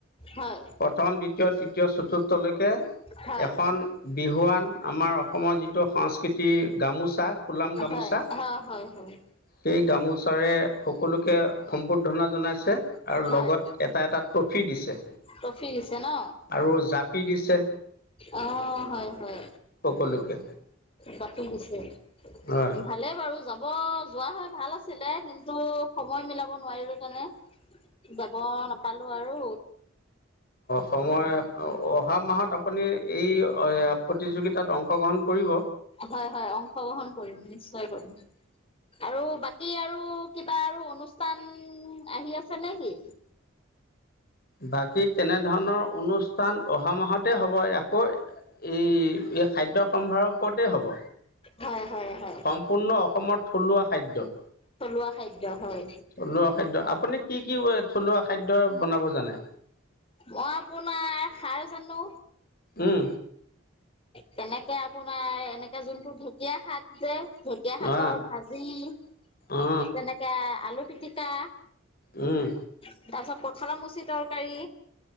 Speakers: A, on the left; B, on the left.
A: হয়
B: প্ৰথম দ্বিতীয় তৃতীয় চতুৰ্থ কে
A: হয়
B: এখন বিহুৱান আমাৰ অসম অসমৰ যিটো সংস্কৃতি গামোচা ফুলাম গামোচা
A: হয় অ
B: সেই
A: হয় হয়
B: গামোচাৰে সকলোকে সম্বৰ্ধনা জনাইছে আৰু
A: হয়
B: লগত এটা এটা ট্ৰফি দিছে
A: ট্ৰফি দিছে ন
B: আৰু জাপি দিছে
A: অ হয় হয়
B: সকলোকে
A: বাকী দিছে
B: হয়
A: ভালে বাৰু আৰু যাব যোৱা হয় ভাল আছিলে কিন্তু সময় মিলাব নোৱাৰিলো কাৰণে যাব নাপালো আৰু
B: সময় অ অহা মাহত আপুনি এই প্ৰতিযোগিতাত অংশগ্ৰহণ কৰিব
A: হয় হয় অংশগ্ৰহণ কৰিম নিশ্চয় কৰিম আৰু বাকী আৰু কিবা আৰু অনুষ্ঠান আহি আছে নে কি
B: বাকী তেনে ধৰণৰ অনুষ্ঠান অহা মাহতে হ'ব আকৌ এই এই খাদ্য সম্ভাৰৰ ওপৰতে হ'ব
A: হয় হয় হয়।
B: সম্পূৰ্ণ অসমৰ থলুৱা খাদ্য
A: থলুৱা খাদ্য হয়।
B: থলুৱা খাদ্য আপুনি কি কি থলুৱা খাদ্য বনাব জানে
A: মই আপোনাৰ খাৰ জানো
B: উম
A: তেনেকে আপোনাৰ এনেকে যোনটো ঢেকীয়া শাক যে ঢেকীয়া শাকৰ
B: অ
A: ভাজি
B: অ
A: তেনেকে আলু পিটিকা
B: উম
A: তাৰ পিছত কঠালৰ মুচি তৰকাৰী